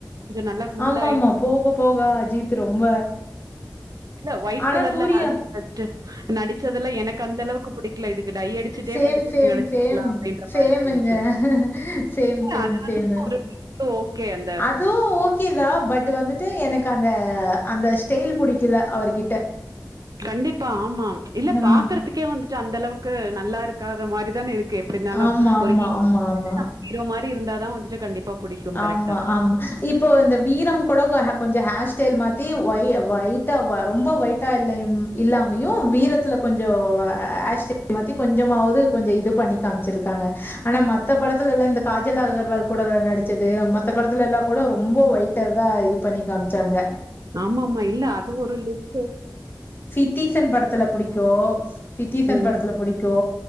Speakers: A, on the right (about 55°); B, on the left (about 30°).
A: நல்லா குண்டாயிட்டு
B: ஆமா ஆமா போக போக அஜித் ரொம்ப
A: இல்ல ஒயிட்
B: ஆனா
A: கலர்ல
B: சூர்யா
A: <inaudible> நடிச்சதுல எனக்கு அந்த அளவுக்கு புடிக்கல இதுக்கு டைய அடிச்சுட்டே
B: சேம்
A: வந்துட்டு
B: சேம்
A: நீங்க நடிச்சிருக்கலா
B: சேம்
A: அப்டின்ற
B: சேமுங்க
A: மாரி இருந்துச்சு
B: சேம் சேம்
A: அது வந்து
B: சேமு
A: ஓகே அ
B: அதுவு ஓகேதா பட் வந்துட்டு எனக்கு அந்த அந்த ஸ்டைல் புடிக்கல அவர்கிட்ட
A: கண்டிப்பா இல்ல
B: ஆ
A: பாக்குறதுக்கே வந்து அந்த அளவுக்கு நல்லா இருக்காத மாதிரி தானே இருக்கு எப்டி இருந்தாலு
B: ஆமா, ஆமா,
A: ஒரு ஹீரோ
B: ஆமா, ஆமா,
A: நம்ம ஹீரோ மாரி இருந்த தா வந்துட்டு கண்டிப்பா புடிக்கும். கரெக்ட்டா.
B: ஆமா ஆமா இப்போ இந்த வீரம் கூட கொஞ்ச ஹேர்ஸ்டைல் மாத்தி ஒயிட்டா ரொம்ப ஒயிட்டா இல்ல இல்லாமையு வீரத்ல கொஞ்சோ ஆ ஹேர்ஸ்டைல் மாத்தி கொஞ்சமாவது கொஞ்சோ இது பண்ணி காமிச்சிருக்காங்க ஆனா மத்த படத்துல்லா இந்த காஜல் அகர்வால் கமல் கூட நடிச் நடிச்சது மத்த படத்ல எல்லா கூட ரொம்ப ஒயிட்ட தா இது பண்ணி காமிச்சாங்க
A: ஆமா ஆமா இல்ல அது ஒரு லிப்
B: சிட்டிசன் படத்ல புடிக்கு சிட்டிசன்
A: ம்.
B: படத்ல புடிக்கு